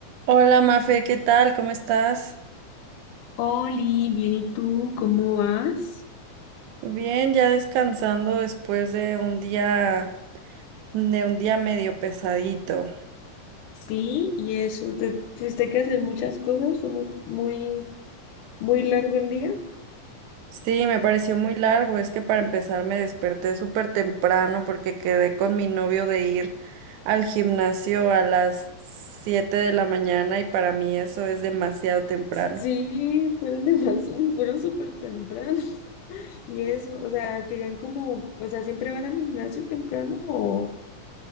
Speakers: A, on the right; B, on the left.
A: Hola Mafe, ¿qué tal? ¿Cómo estás?
B: Oli, bien, ¿y tú cómo vas?
A: Bien, ya descansando después de un día, de un día medio pesadito.
B: Sí, y eso, ¿te tuviste que hacer muchas cosas? ¿Fue muy, muy, muy largo el día?
A: Sí, me pareció muy largo, es que para empezar me desperté súper temprano porque quedé con mi novio de ir al gimnasio a las 7 de la mañana y para mí eso es demasiado temprano.
B: Sí, fueron <laughs> demasiado, fueron súper temprano. <laughs> Y eso, o sea, querían como, o sea, ¿siempre van al gimnasio temprano o,